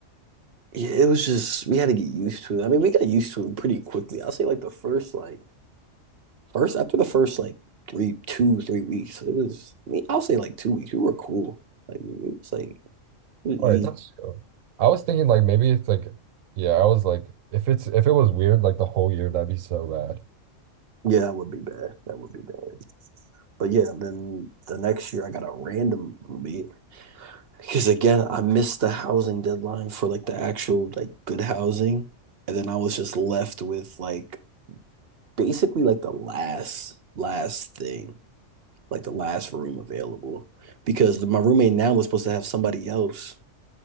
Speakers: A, on the right; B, on the right.
A: Yeah, it was just we had to get used to it. I mean, we got used to it pretty quickly. I'll say like the first like first after the first like three two three weeks, it was I mean, I'll say like two weeks. We were cool. Like it was like it was
B: All
A: easy.
B: right, that's cool. I was thinking like maybe it's like yeah, I was like if it's if it was weird like the whole year that'd be so bad.
A: Yeah, that would be bad. That would be bad. But yeah, then the next year I got a random roommate because again I missed the housing deadline for like the actual like good housing, and then I was just left with like basically like the last last thing. like the last room available because my roommate now was supposed to have somebody else,